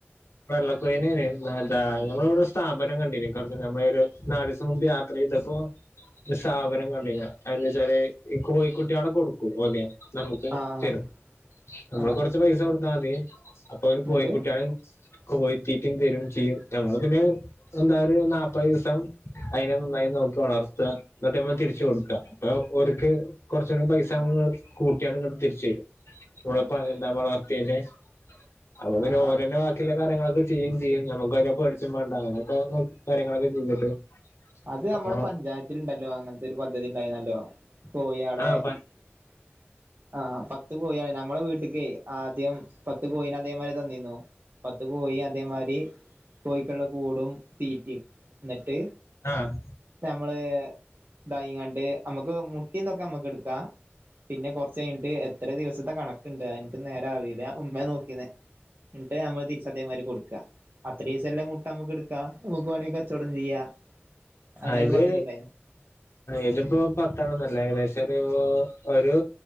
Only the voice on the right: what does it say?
ആ
ആ
ആ
എന്നിട്ട്
ആ
ആ
അത്
നമ്മുടെ പഞ്ചായത്തിൽ ഉണ്ടല്ലോ അങ്ങനത്തെ ഒരു പദ്ധതി ഉണ്ടായിരുന്നല്ലോ കോഴിയളെ
<inaudible> ആഹ് പത്ത് കോഴാന് ഞമ്മെ വീട്ടക്ക് ആദ്യം പത്ത് കോഴന് അദ്യം വരെ തന്നിന്നു പത്ത് പോയി അതേമാതിരി കോഴിക്കുള്ള കൂടും തീറ്റിയും എന്നിട്ട്
നമ്മള് ദൈങ്ങാണ്ട് നമ്മുക്ക് മുട്ടീന്നൊക്കെ നമ്മുക്ക് എടുക്കാം പിന്നെ കൊറച്ച കഴിഞ്ഞിട്ട് എത്ര ദിവസത്തെ കണക്കുണ്ട് എനക്ക് നേരം അറിയില്ല ഉമ്മ നോക്കീന്നേ എന്നിട്ട് നമ്മള് തിരിച്ച അധേമാര് കൊടുക്കുക അത്ര ദിവസംല്ലാം മുട്ട നമ്മുക്ക് എടുക്ക നമക്ക് വേണമെങ്കിൽ കച്ചവടം ചെയ്യാം അങ്ങനെ
ഒരു പദ്ധതി ഉണ്ടായിരുന്നു